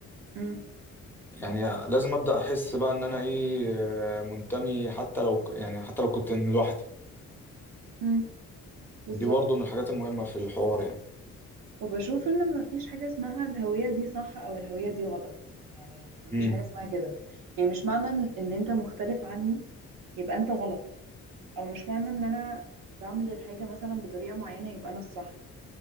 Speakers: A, on the right; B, in the centre.
A: امم
B: يعني لازم ابدا احس بقى ان انا ايه آه، منتمي حتى لو ك- يعني حتى لو كنت لوحدي
A: امم بالظبط
B: دي برضو من الحاجات المهمة في الحوار يعني
A: وبشوف ان مفيش حاجة اسمها الهوية دي صح او الهوية دي غلط يعني مفيش
B: امم
A: حاجة اسمها كده يعني مش معنى ان إن انت مختلف عني يبقى انت غلط او مش معنى ان انا بعمل الحاجة مثلا بطريقة معينة يبقى انا الصح